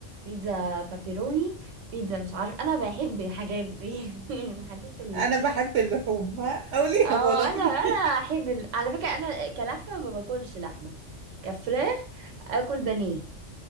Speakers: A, on the right; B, on the right.
A: بيتزا بابيروني بيتزا مش عارف انا بحب الحاجات دي <laughs> الحاجات ال...
B: انا بحب اللحوم قوليها
A: اه
B: على
A: انا
B: طول
A: انا
B: <laughs>
A: احب ال- على فكره انا كلحمه ما باكلش لحمه كفراخ اكل بانيه